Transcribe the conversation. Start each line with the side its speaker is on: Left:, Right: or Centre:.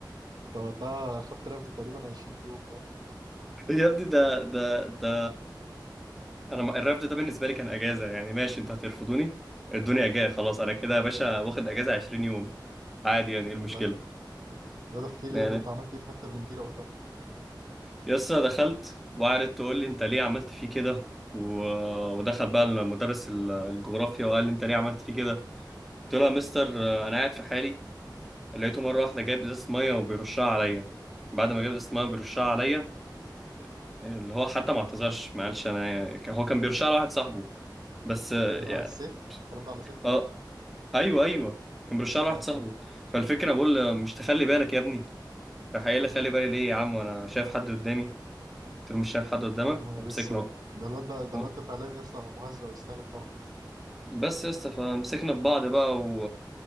Right: انت وقتها خدت رفد تقريبا 20 يوم يا
Centre: يا ابني ده ده ده انا ما- الرفض ده بالنسبه لي كان اجازه يعني ماشي انتوا هترفضوني الدنيا جايه خلاص انا كده يا باشا واخد اجازه 20 يوم عادي يعني ايه المشكله
Right: من لا يا ده احكي
Centre: يعني
Right: لي يا ده انت عملت ايه في مكتب المديره وقتها
Centre: يسطا دخلت وقعدت تقول لي انت ليه عملت فيه كده و... ودخل بقى المدرس ال- الجغرافيا وقال لي انت ليه عملت فيه كده قلت له يا مستر آه، انا قاعد في حالي لقيته مره واحده جايب ازازه ميه وبيرشها عليا بعد ما جاب اسمها بيرشها عليا اللي هو حتى ما اعتذرش ما قالش انا كان- هو كان بيرشها لواحد صاحبه بس آه،
Right: ده
Centre: يعني
Right: على السيف الكلام ده على سيف
Centre: اه
Right: ولا على
Centre: ايوه ايوه كان بيرشها لواحد
Right: اه
Centre: صاحبه
Right: كم
Centre: فالفكره بقول له مش تخلي بالك يا ابني راح قايل لي خلي بالي ليه يا عم وانا شايف حد قدامي قلت له مش شايف حد قدامك
Right: يا نهار
Centre: ومسكنا
Right: اسود ده الواد ده ده
Centre: و-
Right: الواد ده فعلا يا اسطى مهزأ ويستاهل الضرب ده
Centre: بس يا اسطى فمسكنا في بعض بقى و...